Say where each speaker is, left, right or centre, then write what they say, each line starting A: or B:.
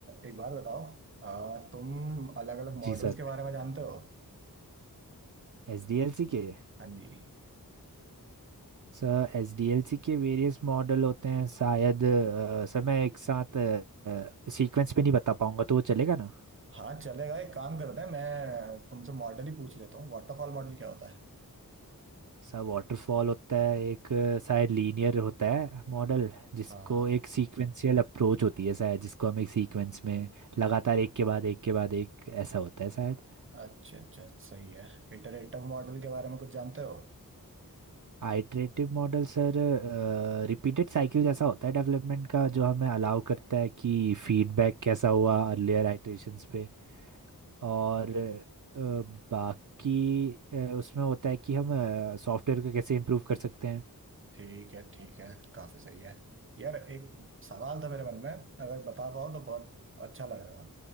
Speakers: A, on the right; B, on the right.
A: एक बात बताओ आ, तुम अलग अलग मॉडल्स
B: जी sir
A: के बारे में जानते हो
B: S D L C के
A: हाँ जी
B: Sir S D L C के वेरियस मॉडल होते हैं शायद अ, सर मैं एक साथ सीक्वेंस पे नहीं बता पाऊंगा तो वो चलेगा ना
A: हाँ चलेगा एक काम करते हैं मैं तुमसे मॉडल ही पूछ लेता हूँ वाटरफॉल मॉडल क्या होता है
B: सा वाटरफॉल होता है एक अ, शायद लीनियर होता है मॉडल जिसको
A: हाँ
B: एक सीक्वेंशियल अप्रोच होती है शायद जिसको हम एक सीक्वेंस में लगातार एक के बाद एक के बाद एक ऐसा होता है शायद
A: अच्छा अच्छा सही है इटरेटिव मॉडल के बारे में कुछ जानते हो
B: Iterative model sir repeated cycle जैसा होता है डेवलपमेंट का जो हमें अलाउ करता है कि फीडबैक कैसा हुआ अर्लियर आइटरेशंस पे और अ, बाकी अ, उसमें होता है कि हम सॉफ्टवेयर को कैसे इम्प्रूव कर सकते हैं
A: ठीक है ठीक है काफी सही है यार एक सवाल था मेरे मन में अगर बता पाओ तो बहुत अच्छा लगेगा